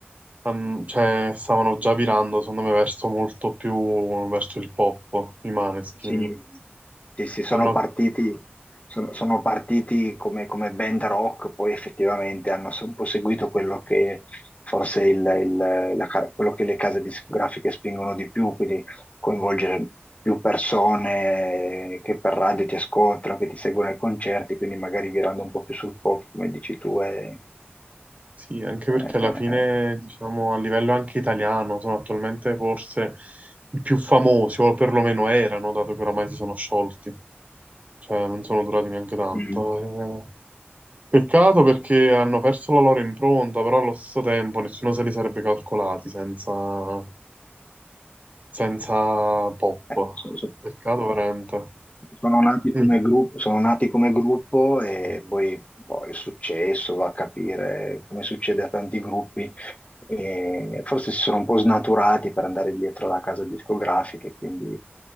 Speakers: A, on the right; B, on the left.
A: han- cioè, stavano già virando, secondo me, verso molto più, verso il pop, i Maneskin.
B: Sì, sì, sì, sono
A: Hanno,
B: partiti, sono, sono partiti come, come band rock, poi effettivamente hanno un po' seguito quello che forse il- il- la ca- quello che le case discografiche spingono di più, quindi coinvolgere più persone che per radio ti ascoltano, che ti seguono ai concerti, quindi magari virando un po' più sul pop, come dici tu, e,
A: sì, anche
B: eh,
A: perché alla fine, diciamo, a livello anche italiano, sono attualmente forse i più famosi, o perlomeno erano, dato che oramai si sono sciolti, cioè non sono durati neanche tanto.
B: mm.
A: eh. Peccato perché hanno perso la loro impronta, però allo stesso tempo nessuno se li sarebbe calcolati senza, senza pop.
B: Eh, so- so-
A: Peccato veramente.
B: Sono nati come
A: Mm,
B: gruppo, sono nati come gruppo
A: sì.
B: e poi boh, è successo, va a capire come succede a tanti gruppi. E forse si sono un po' snaturati per andare dietro alla casa discografica, e quindi